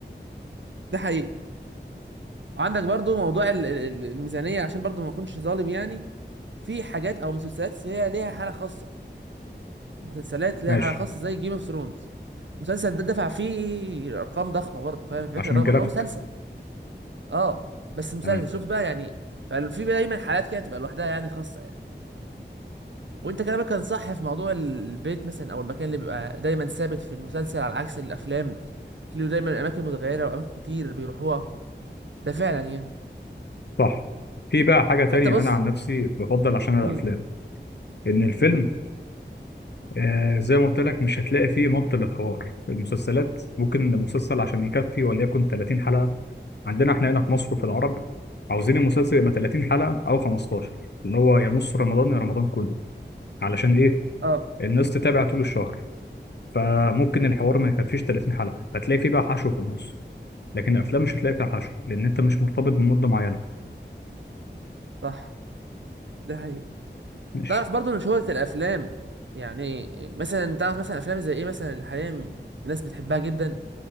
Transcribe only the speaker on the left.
ماشي
عشان
الجرافيك
تمام
صح في بقى حاجة تانية
أنا عن نفسي بفضل عشان
الأفلام إن الفيلم آه زي ما قلت لك مش هتلاقي فيه مط للحوار المسلسلات ممكن المسلسل عشان يكفي وليكن 30 حلقة عندنا إحنا هنا في مصر وفي العرب عاوزين المسلسل يبقى 30 حلقة أو 15 اللي هو يا نص رمضان يا رمضان كله علشان إيه
الناس تتابع طول الشهر فممكن الحوار ما يكفيش 30 حلقة هتلاقي فيه بقى حشو في النص لكن الأفلام مش هتلاقي فيها حشو لأن أنت مش مرتبط بمدة معينة
ماشي